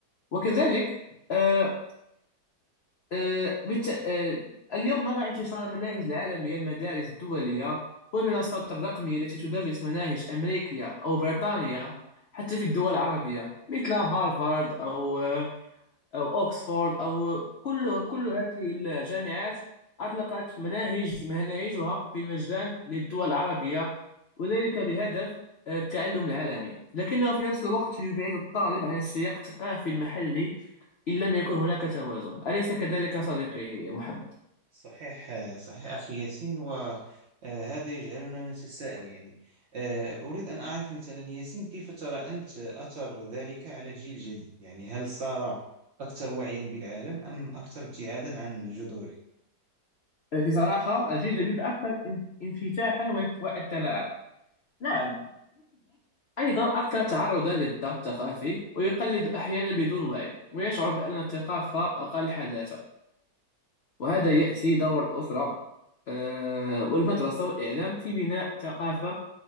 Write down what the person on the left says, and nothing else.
وكذلك آه، آه، بت... آه، اليوم نرى انتشار المناهج العالمية المدارس الدولية والمنصات الرقمية التي تدرس مناهج أمريكية أو بريطانية حتى في الدول العربية مثل هارفارد أو آه، أو أوكسفورد أو كل كل هذه الجامعات أطلقت مناهج مناهجها بالمجان للدول العربية وذلك بهدف آه، التعلم العالمي لكنه في نفس الوقت يبعد الطالب عن السياق الثقافي المحلي إن لم يكن هناك توازن أليس كذلك صديقي محمد؟
في صراحة الجيل الجديد أكثر ان- انفتاحا واطلاعا نعم أيضا أكثر تعرضا للضغط الثقافي ويقلد أحيانا بدون وعي ويشعر بأن الثقافة أقل حداثة وهذا يأتي دور الأسرة آه، والمدرسة والإعلام في بناء ثقافة